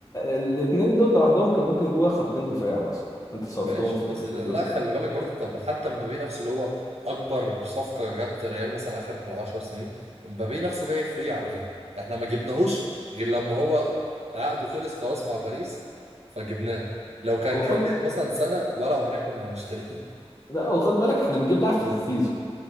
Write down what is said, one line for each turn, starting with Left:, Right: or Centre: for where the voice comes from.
Left: الاثنين دول لوحدهم كان ممكن يجوا خطين دفاع مثلا انت صرفتهم
Right: ماشي
Left: في
Right: بس
Left: الاتنين
Right: لا
Left: دول
Right: خلي بالك برضو طب حتى مبابي نفسه اللي هو اكبر صفقة جت ريال مثلا اخر 10 سنين مبابي نفسه جاي فري على فكرة احنا ما جبناهوش غير لما هو عقده خلص خلاص مع باريس فجبناه لو كان
Left: وخد
Right: جدد مثلا سنة ولا عمرنا كنا هنشتريه
Left: لا وخد بالك احنا بنجيب لاعب في السيزون